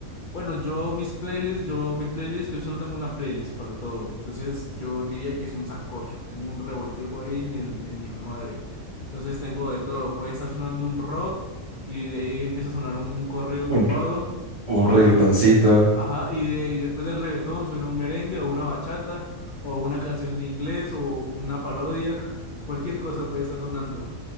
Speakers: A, on the left; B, on the right.
A: bueno, yo mis playlists, yo mi playlist, yo solo tengo una playlist para todo. Entonces, yo diría que es un sancocho. Tengo un revoltijo ahí, ni el, ni el hijo de madre. Entonces, tengo de todo. Puede estar sonando un rock y de ahí empieza a sonar un corrido tumbado.
B: Un, un
A: O
B: reggaetoncito.
A: lue- ajá, y, de- y después del reggaetón suena un merengue o una bachata o una canción de inglés o una parodia. <laughs> Cualquier cosa puede estar sonando.